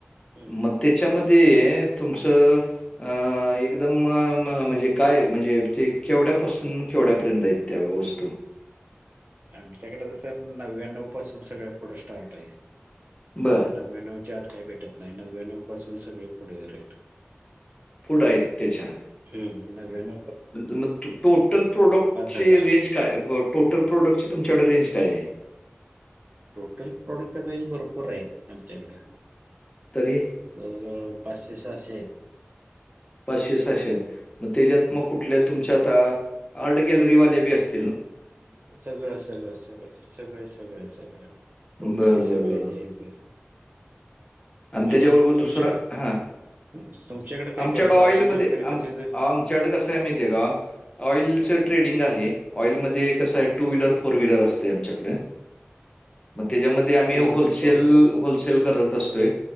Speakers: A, on the right; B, on the left.
A: हम्म.
B: मग त्याच्यामध्ये तुमचं अ एकदम म्हणजे काय म्हणजे ते केवढ्यापासून केेवढ्यापर्यंत येत त्या वस्तू
A: आमच्याकडे तर सर नव्याण्णव पासून सगळं पुढं स्टार्ट आहे
B: बर
A: नव्याणवच्या आत काही भेटत नाही नव्याण्णव पासून सगळे पुढे रातो
B: पुढ आहेत त्याच्या
A: हम्म न व्यान
B: मग टोटल प्रोडक्टचे
A: हजार
B: रेंज काय टोटल प्रोडक्टचे तुमच्याकडे रेंज काय आहे
A: टोटल प्रॉडक्ट अरेंज भरपूर आहेत आमच्याकडं
B: तरी
A: जवळजवळ पाचशे सहाशे आहेत.
B: पाचशे सहाशे मग त्याच्यात
A: हम्म.
B: मग कुठल्या तुमच्या आता आर्ट गॅलरी वाले बी असतं
A: सगळं सगळं सगळं सगळ सगळं सगळं टोटली
B: बरं
A: सगळे
B: बरं बरं
A: हे येत आणि
B: त्याच्याबरोबर
A: तुमच्याकडं
B: दुसरा हां
A: तुमच्याकडें काय
B: आमच्याकडं
A: काय मग
B: ऑइलमध्ये
A: ऑइलचं वगैरे
B: आम
A: कसं
B: आमच्याकडं कसं आहे माहिती आहे का ऑइलचं ट्रेडिंग आहे ऑइलमध्ये कसं आहे. टू व्हीलर फोर व्हीलर असं आमच्याकडे मग त्यामध्ये आम्ही
A: two wheeler
B: wholesale
A: four wheeler
B: sale करत असतोय